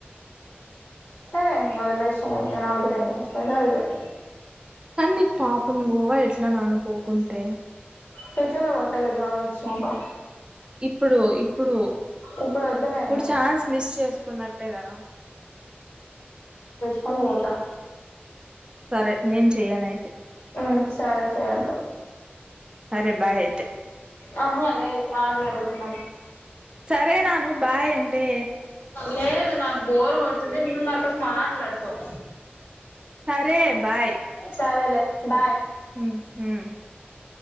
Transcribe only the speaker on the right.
కానీ నీకు పాపం గోవా ఎట్లా నాన్న పోకుంటే
ఇప్పుడు ఇప్పుడు
ఇప్పుడు
ఛాన్స్ మిస్ చేసుకున్నట్టే కద
సరే నేను చెయ్యన అయితే
సరే బాయ్ అయితే
సరే నాను బాయ్ అంటే
సరే బాయ్
హమ్